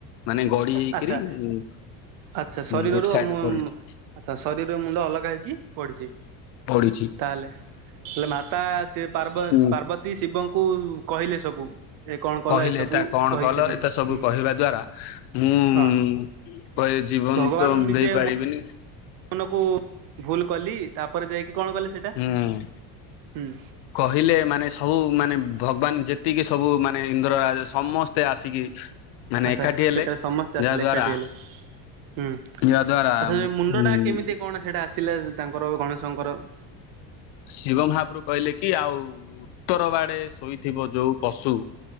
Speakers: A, on the left (about 65°); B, on the right (about 55°).
A: ମାନେ ଗଡି ହେଇକିରି
B: ଆଚ୍ଛା
A: ଉଁ।
B: ଆଚ୍ଛା ଶରୀରରୁ
A: ଗୋଟେ ସାଇଡରେ
B: ମୁ
A: ପଡିଛି
B: ଆଛା ଶରୀରର ମୁଣ୍ଡ ଅଲଗା ହେଇକି ପଡିଛି।
A: ପଡିଚି।
B: ତାହେଲେ ହେଲେ ମାତା ସେ ପାର୍ବ
A: ଉଁ
B: ପାର୍ବତୀ ଶିବଙ୍କୁ କହିଲେ ସବୁ। ଏ କଣ କଲା
A: କହିଲେ
B: ଏସବୁ
A: ଏତା କଣ
B: କହିଛନ୍ତି
A: କଲ ଏତେ ସବୁ
B: ହୁଁ
A: କହିବା ଦ୍ଵାରା ମୁଁ
B: ହଁ।
A: କହିଲେ ଜୀବନ
B: ଭଗବାନ
A: ତ
B: ନିଜେ
A: ଦେଇପାରିବିନି।
B: ମୋ ମନକୁ ଭୁଲ କଲି ତାପରେ ଯାଇକି କଣ କଲେ ସେଟା
A: ହୁଁ।
B: ହୁଁ
A: କହିଲେ ମାନେ ସବୁ ମାନେ ଭଗବାନ ଯେତିକି ସବୁ ମାନେ ଇନ୍ଦ୍ରରାଜ ସମସ୍ତେ ଆସିକି। <inaudible>
B: ଆଛା
A: ଏକାଠି ହେଲେ
B: ସେଠାରେ ସମସ୍ତେ ଆସିଲେ
A: ଯାହା ଦ୍ଵାରା
B: ଏକାଠି ହେଲେ। ହୁଁ ଆଛା
A: ଯାହା ଦ୍ଵାରା
B: ସେ ମୁଣ୍ଡ
A: ଉଁ
B: ଟା କେମିତି କଣ ସେଟା ଆସିଲା ତାଙ୍କର ଗଣେଶଙ୍କର।
A: ଶିବ ମହାପ୍ରୁ କହିଲେ କି ଆଉ। ଉତ୍ତର ବାଡେ ଶୋଇଥିବା ଯୋଉ ପଶୁ।